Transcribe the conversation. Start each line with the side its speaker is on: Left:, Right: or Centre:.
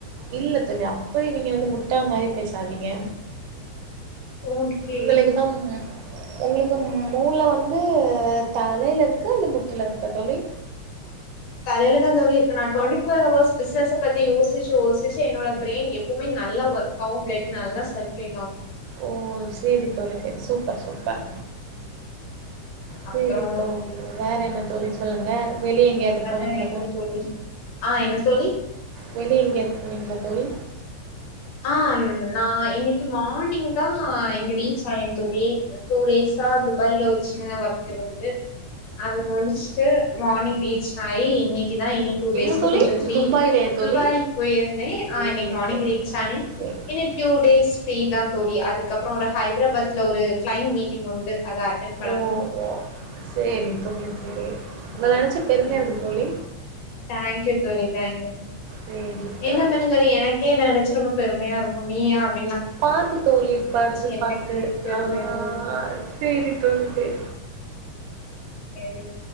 Right: இல்ல தோழி அப்டி நீங்க வந்து முட்டா மாரி பேசாதீங்க
Left: ஓகே
Right: உங்களுக்குத்தா உம் உங்களுக்கு மூல வந்து தலயில இருக்க இல்ல முட்டில இருக்கா தோழி
Left: தலையில தா தோழி இருக்கு நா டுவென்டி ஃபோர் ஹவர்ஸ் பிஷ்னஸ பத்தி யோசிச்சி யோசிச்சி என்னோட பிரைன் எப் பவுமே நல்லா ஒர்க்காவு ப்ளட் நல்லா சப்ளே
Right: ஓ செரி தோழி செரி சூப்பர் சூப் பர் செரித்தோழி
Left: அப்புறோ
Right: வேற என்ன தோழி சொல்லுங்க வெளிய எங்கேயாவது
Left: ஆஹ்
Right: போனீங்களா
Left: என்ன தோழி ஆஹ் என்ன தோழி
Right: வெளிய எங்கேயாது போனீங்களா தோழி
Left: ஆஹ் நா இன்னக்கி மார்னிங் தா இங்க ரீச் ஆன தோழி டூ டேஸா துபாய்ல ஒரு சின்ன ஒர்க் இருந்து அது முடிச்சுட்டு மார்னிங் ரீச் ஆயி இன்னக்கி ஆனா இனி டூ
Right: எங்க
Left: டேஸ்க்கு
Right: தோழி
Left: கொஞ்ச ஃப்ரீ
Right: துபாய்லயா தோழி
Left: துபாய் போயிருந்தே
Right: சேரி
Left: ஆ இன்னைக்கு மார்னிங்
Right: தோழி
Left: ரி ழி
Right: சேரி
Left: இன்னு டூ டேஸ்க்கு ஃப்ரீதா தோழி அதுக்கப்றோ ஒரு ஹைதராபாத்ல ஒரு கிளைன்ட் மீட்டிங் உண்டு அத அட்டன் பண்ணனு
Right: ஓஹ் ஓஹ் செரித்தோழி செரி உங்கள நெனச்சி பெருமயா
Left: ம்
Right: இருக்கு தோழி
Left: தேங்க்யூ தோழி தேங்க்யூ
Right: சேரி
Left: <unintelligible>
Right: தோழி
Left: எனக்கே நெனச்சு ரொம்ப பெ பெருமயா இருக்கு நீயா அப்
Right: பாத்து தோழி பாத்து
Left: எனக்கே
Right: பாத்து
Left: பெருமையா
Right: ஆஹ் செரி தோழி செரி
Left: செரி